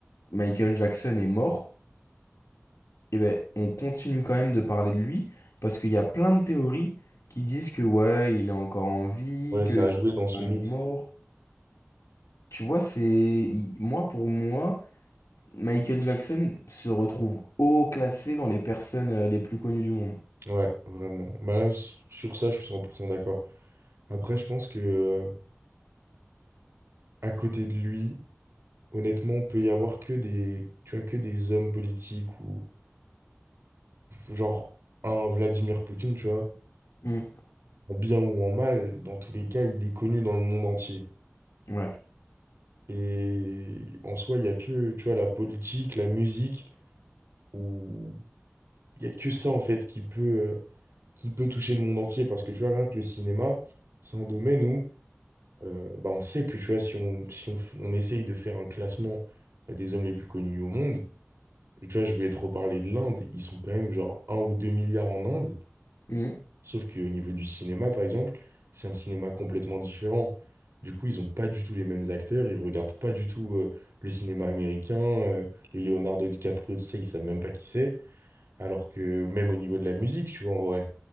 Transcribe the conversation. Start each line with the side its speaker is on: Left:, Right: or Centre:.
Left: Michael Jackson est mort, et ben on continue quand même de parler de lui parce qu'il y a plein de théories qui disent que ouais il est encore en vie,
Right: Ouais,
Left: qu'il
Right: ça
Left: est
Right: a joué dans son
Left: vraiment
Right: mythe.
Left: mort. Tu vois, c'est il- moi pour moi, Michael Jackson se retrouve haut classé dans les personnes euh, les plus connues du monde.
Right: Ouais, vraiment. Bah là, s- sur ça, je suis 100% d'accord. Après, je pense que euh, à côté de lui, honnêtement, peut y avoir que des, tu vois, que des hommes politiques ou genre un Vladimir Poutine, tu vois.
Left: Mm.
Right: en bien ou en mal, dans tous les cas, il est connu dans le monde entier.
Left: Ouais.
Right: Et en soi, il n'y a que, tu vois, la politique, la musique, où il n'y a que ça, en fait, qui peut, euh, qui peut toucher le monde entier. Parce que, tu vois, rien que le cinéma, c'est un domaine où euh, bah, on sait que, tu vois, si on, si on, f- on essaye de faire un classement euh, des hommes les plus connus au monde, tu vois, je vais te reparler de l'Inde, ils sont quand même genre un ou 2 milliards en Inde.
Left: Mm.
Right: Sauf qu'au niveau du cinéma, par exemple, c'est un cinéma complètement différent. Du coup, ils ont pas du tout les mêmes acteurs, ils regardent pas du tout euh, le cinéma américain, euh, les Leonardo DiCaprio, tout ça, ils savent même pas qui c'est. Alors que même au niveau de la musique, tu vois, en vrai.